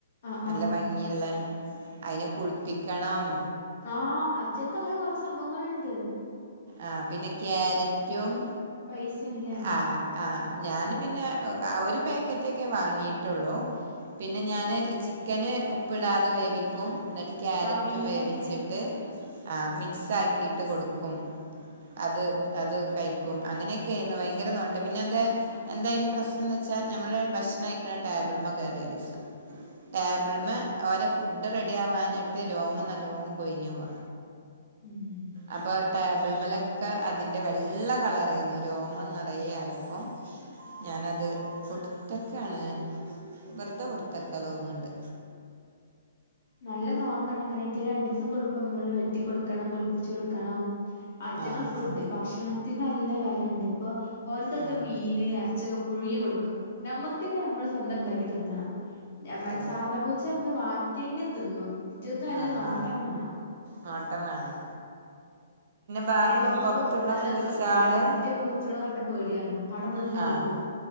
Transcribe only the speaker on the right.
നല്ല
ഭംഗിയ്ള്ള അയ്നെ കുൾ പിക്കണം
ആഹ് പിന്നെ ക്യാരറ്റും
അഹ് ആഹ് ഞൻ പിന്നെ ഒര് പേക്. പാക്കറ്റൊക്കെ വാങ്ങിയിട്ടൊള്ളൂ പിന്നെ ഞാൻ ചിക്കന് ഉപ്പിടാതെ വേവിക്കും എന്നിട്ട് ക്യാരറ്റും
വേവിച്ചിട്ട് ആഹ് മിക്സ് ആക്കീട്ട് കൊടുക്കും അത് അത് കഴിക്കും അങ്ങനെക്കേന്ന് ഭയങ്കര പിന്നെ അന്ത് എന്താ അയ്ന്റെ പ്രശ്നം എന്ന് വെച്ചാൽ നമ്മള് ഭക്ഷണം കഴിക്ക്ണ ടാബിള്മ്മ തേറല് ല്ലഓരെ ടേബിളിമ്മ ഓരെ ഫുഡ് റെഡിയ ആവാഞ്ഞിട്ട് രോമ നല്ലോണം കൊഴിഞ്ഞു പോവാ
അപ്പൊ ടെബിൾമലൊക്കെ അതിൻ്റെ വെള്ള കളരേര്ന്നു. രോമം നിറയെ ആയപ്പം ഞാനത് കൊടുത്തക്കാണ് വെറ്തെ കൊടുത്തക്കാ തോന്ന്ണ്ട്
ആ
ആ
ആ
അതെ
ആ
ആ
നോട്ടം വേണം ബാ-
ഉം,
പുറത്തുള്ള
പൂച്ചാള്
ആഹ്